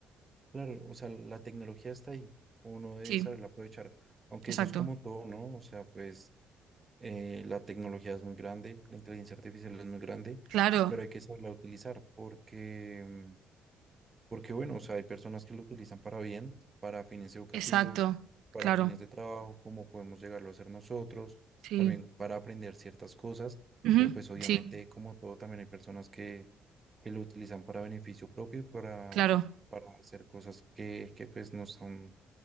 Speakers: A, on the right; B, on the right.
A: claro, o sea, la tecnología está ahí, uno debe
B: Sí,
A: saberla aprovechar, aunque
B: exacto.
A: eso es como todo, ¿no? O sea, pues eh, la tecnología es muy grande, la inteligencia artificial es muy grande,
B: Claro.
A: pero hay que saberla utilizar porque, mm, porque bueno, o sea, hay personas que lo utilizan para bien, para fines educativos,
B: Exacto,
A: para
B: claro,
A: fines de trabajo, como podemos llegarlo a hacer nosotros,
B: sí,
A: también para aprender ciertas cosas,
B: Ujú,
A: pero pues obviamente
B: Sí,
A: como todo también hay personas que, que lo utilizan para beneficio propio y para,
B: claro,
A: para hacer cosas que, que pues no son